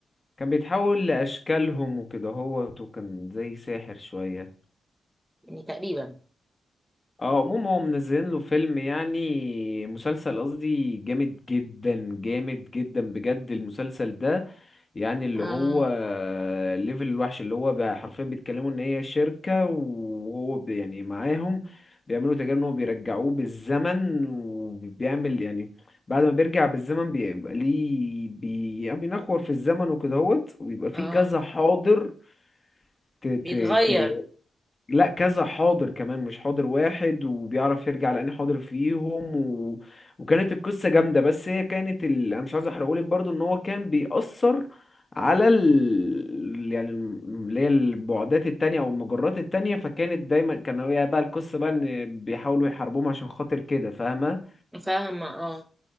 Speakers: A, on the left; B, in the centre.
A: كان بيتحول لاشكالهم وكده هو وكان زي ساحر شويه
B: يعني تقريبا
A: اه عموما هم منزلين له فيلم يعني مسلسل قصدي جامد جدا جامد جدا بجد المسلسل ده يعني
B: <laughs>
A: اللي
B: اه
A: هو الليفل الوحش اللي هو بقى حرفيا بيتكلموا ان هي شركة وهو بي- يعني معاهم بيعملوا تجارب ان هو بيرجعوه بالزمن وبيعمل يعني بعد ما بيرجع بالزمن بيبقى ليه بي يعني بينخور في الزمن وكدهوت وبيبقى فيه
B: اه
A: كذا حاضر ت ت
B: بيتغير
A: ت لا كذا حاضر كمان مش حاضر واحد وبيعرف يرجع لأني حاضر فيهم و... وكانت القصة جامدة بس هي كانت ال... أنا مش عايز أحرقهولك برضو إن هو كان بيأثر على ال... يعني الم- اللي هي البعدات التانية أو المجرات التانية فكانت دايما كان هي بقى القصة بقى إن بيحاولوا يحاربوهم عشان خاطر كده فاهمة
B: فاهمة اه